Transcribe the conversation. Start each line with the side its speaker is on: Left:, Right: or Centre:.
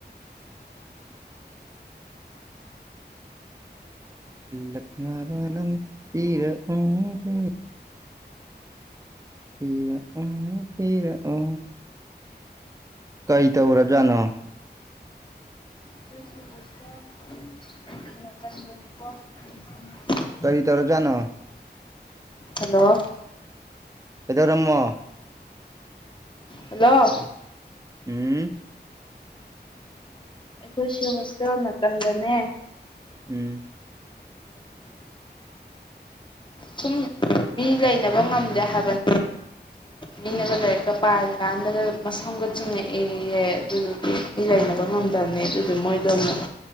Right: ꯊꯤꯜꯂꯛꯅꯕ ꯅꯪ ꯄꯤꯔꯛ ꯎ ꯄꯤꯔꯛ ꯄꯤꯔꯛꯎ ꯄꯤꯔꯛꯎ ꯀꯩ ꯇꯧꯔꯖꯅꯣ
Left: <unintelligible>
Right: ꯀꯩ ꯇꯧꯔ ꯖꯅꯣ
Left: ꯍꯜꯂꯣ
Right: ꯀꯩꯗꯧꯔꯝꯃꯣ
Left: ꯍꯜꯂꯣ
Right: ꯎꯝ <inaudible>
Left: ꯑꯈꯣꯏꯁꯤ ꯍꯣꯁꯇꯦꯜ ꯃꯇꯝꯗꯅꯦ
Right: ꯎꯝ
Left: ꯁꯨꯝ ꯃꯤ ꯂꯩꯅꯕ ꯉꯝꯗꯦ ꯍꯥꯏꯕꯅꯤ ꯃꯤꯅꯒ ꯂꯥꯏꯔꯤꯛꯀ ꯄꯥꯔꯤ ꯀꯥꯟꯗꯒ ꯃꯁꯝꯒ ꯆꯤꯡꯉꯛꯑꯦꯌꯦ ꯑꯗꯨꯗꯨ ꯂꯩꯅꯕ ꯉꯝꯗꯝꯅꯦ ꯑꯗꯨꯗꯨ ꯃꯣꯏꯗꯣ ꯑꯃꯨꯛ